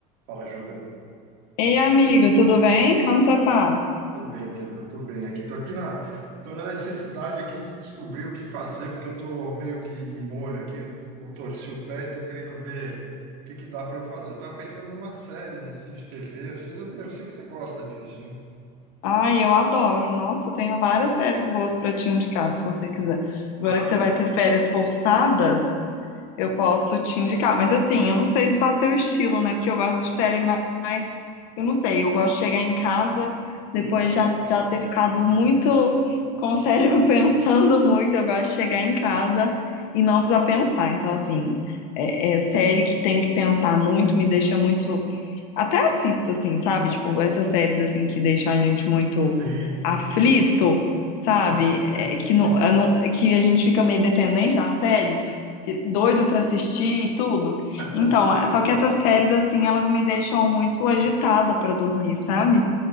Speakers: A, on the right; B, on the left.
A: Fala, Júlia.
B: Ei, amigo, tudo bem? Como você tá?
A: Tô bem, querido, eu tô bem aqui. Tô aqui na, tô na necessidade aqui de descobrir o que fazer, porque eu tô meio que de molho aqui, eu, tô- eu torci o pé e tô querendo ver o que que dá para eu fazer. Eu tava pensando em umas séries assim de TV, você já, eu sei que você gosta disso, hein?
B: Ai, eu adoro. Nossa, eu tenho várias séries boas pra te indicar, se você quiser. Agora
A: Ah,
B: que você
A: então-
B: vai ter férias forçadas, eu posso te indicar. Mas assim, eu não sei se faz seu estilo, né? Porque eu gosto de série ma- mais. Eu não sei, eu gosto de chegar em casa depois já, já ter ficado muito com o cérebro <laughs> pensando muito. Eu gosto de chegar em casa e não precisar pensar. Então, assim, é é série que tem que pensar muito, me deixa muito. até assisto, assim, sabe? Tipo, essas séries, assim, que deixam a gente muito
A: sim, sim.
B: aflito, sabe?
A: <laughs>
B: É,
A: Sei.
B: que, não, eu não- que a gente fica meio dependente da série, que- doido pra assistir e tudo.
A: É,
B: Então,
A: <laughs>
B: é-
A: sei.
B: só que essas séries, assim, elas me deixam muito agitada pra dormir, sabe?